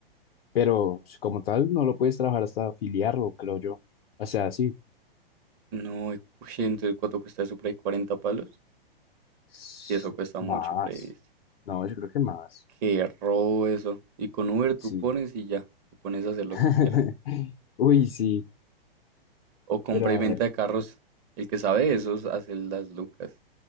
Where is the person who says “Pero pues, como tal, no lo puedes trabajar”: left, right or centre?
Left